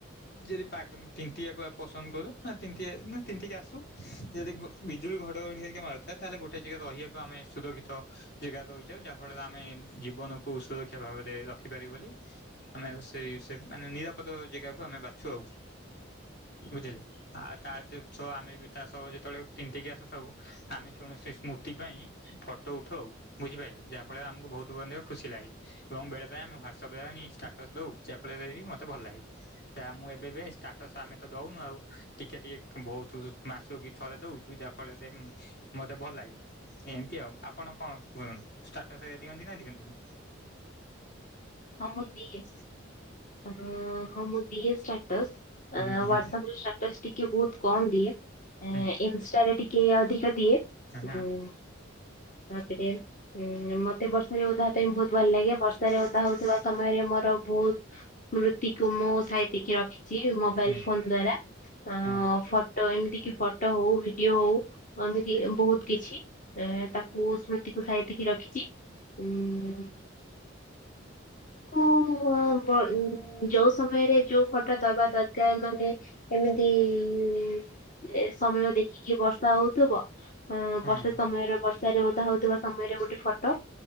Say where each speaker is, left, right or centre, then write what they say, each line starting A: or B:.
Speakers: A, on the left; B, on the left.
A: ଯଦି ପାକ ଉଁ ତିନ୍ତିବାକୁ ପସନ୍ଦ କରୁ ହଁ ତିନ୍ତିଆ ନା ତିନ୍ତିକି ଆସୁ ସେ ଯଦି ବିଜୁଳି ଘଡଘଡି ହେରିକା ମାରୁଥାଏ ତାହେଲେ ଗୋଟେ ଜାଗା ରହିବାକୁ ଆମେ ସୁୁରକ୍ଷିତ। ଜାଗାରେ ରହିଯାଉ ଯାହା ଫଳ ରେ ଆମେ ଜୀବନ କୁ ସୁରକ୍ଷା ଭାବରେ ରଖିପାରିବୁ ବୋଲି ଆମେ ସେଇ ସେମାନେ ନିରାପଦ ଜେଗାକୁ ଆମେ ବାଛୁ ଆଉ ବୁଝିଲେ। ଆଉ ତା <unintelligible> ଆମେ ବି ତା ସହ ଯେତେବେଳେ ତିନ୍ତିକି ଆସିଥାଉ ଆମେ କୌଣସି ସ୍ମୃତି ପାଇଁ ଫ ଫଟୋ ଉଠଉ ବୁଝିପାଇଲେ? ଯାହା ଫଳରେ ଆମକୁ ବହୁତୁ ମଧ୍ୟ ଖୁସି ଲାଗେ। ଏବଂ ବେଳେ ବେଳେ ଆମେ ହ୍ୱାଟ୍ସପରେ ଆଣି ଷ୍ଟାଟସ ଦଉ ଯାହାଫଳରେ କି ମତେ ଭଲ ଲାଗେ। ଟା ମୁଁ ଏବେ ଏବେ ଷ୍ଟାଟସ୍ ଆମେ ତ ଦଉନୁ ଆଉ ଟିକେ ଟିକେ ବହୁତୁ ମାସକୁ ଥରେ ଦଉଚୁ ଯାହା ଫଳରେ ମତେ ଭଲ ଲାଗେ। ଏମତି ଆଉ ଆପଣ କଣ କୁହ ଷ୍ଟାଟସ୍ ରେ ଦିଅନ୍ତି ନା ଦିଅନ୍ତି ନି?
B: ହଁ ମୁଁ ଦିଏ ଅଁ ହଁ ମୁଁ ଦିଏ ଷ୍ଟାଟସ୍।
A: ହଁ
B: ଅଁ
A: ହଁ
B: ହ୍ବାଟସପରେ ଷ୍ଟାଟସ୍ ଟି ଟିକେ ବହୁତ କମ୍ ଦିଏ
A: ହଁ
B: ଇନଷ୍ଟାରେ ଟିକେ ଅଧିକା ଦିଏ
A: ହଁ
B: ଉଁ ଆଉ ଟିକେ ଉଁ ମତେ ବର୍ଷାରେ ଓଦା ହବା ପାଇଁ ବହୁତ ଭଲ ଲାଗେ। ବର୍ଷାରେ ଓ ଓଦା ହଉଥିବା ସମୟରେ ମୋର ବହୁତ ସ୍ମୃତିକୁ ମୁଁ ସାଇତିକି ରଖେ। ଚି ମୋବାଇଲ
A: ହଁ
B: ଫୋନ ଦ୍ଵାରା ଅଁ
A: ହଁ
B: ଫ ଫଟୋ ଏମିତି କି ଫଟୋ ହଉ ଭିଡିଓ ହଉ ଅ ଏମିତି ବହୁତ କିଛି ଏ ତାକୁ ସ୍ମୁ ତିକୁ ସାଇତିିକି ରଖିଛି ଉଁ। କୁ ବ ବ ଉଁ ଯୋଉ ସମୟରେ ଯୋଉ ଫଟୋ ଦବା ଦରକାର ମାନେ ଏମିତି ଏ ସମୟ ଦେଖିକି ବର୍ଷା ହଉଥୁବ। ଅଁ
A: ହଁ
B: ବର୍ଷା
A: ହଁ
B: ସମୟରେ ବର୍ଷାରେ ଓଦା ହଉଥିବା ସମୟରେ ଗୋଟେ ଫଟୋ।